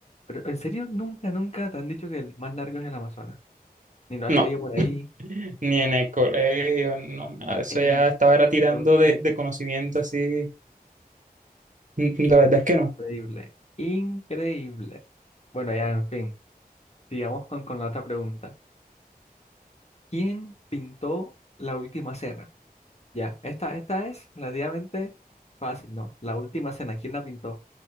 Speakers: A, on the left; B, on the right.
A: Pero en serio, nunca, nunca te han dicho que el más largo es el Amazonas. Ni lo has
B: No,
A: leído por ahí.
B: <laughs> ni en el colegio, no, nada. Eso
A: En
B: ya estaba era tirando
A: serio,
B: de, de conocimiento así. Mm, La verdad es que no.
A: increíble. Increíble. Bueno, ya, en fin. Sigamos con, con la otra pregunta. ¿Quién pintó la última cena? Ya, esta, esta es relativamente fácil, ¿no? La última cena, ¿quién la pintó?